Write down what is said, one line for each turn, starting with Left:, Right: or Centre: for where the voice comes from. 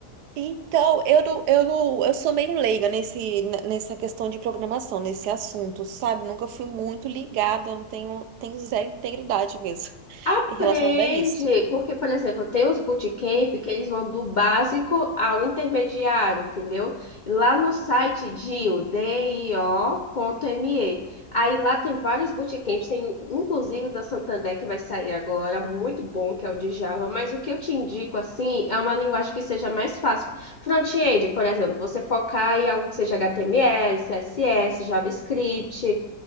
Right: Então, eu, não- eu, não- eu sou meio leiga nesse, n- nessa questão de programação, nesse assunto, sabe? Nunca fui muito ligada, eu não tenho, tenho zero integridade mesmo <laughs>
Left: Aprende,
Right: em relação a isso.
Left: porque, por exemplo, tem os bootcamp que eles vão do básico ao intermediário, entendeu? Lá no site DIO, D-I-O.me. Aí lá tem vários bootcamps, tem inclusive o da Santander que vai sair agora, muito bom, que é o de Java, mas o que eu te indico, assim, é uma linguagem que seja mais fácil. Front-end, por exemplo, você focar em algo que seja HTML, CSS, JavaScript,